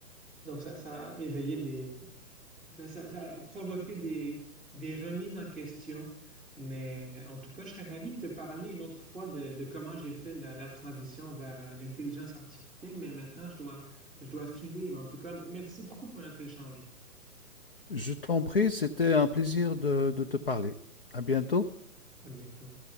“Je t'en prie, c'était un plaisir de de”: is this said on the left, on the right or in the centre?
Left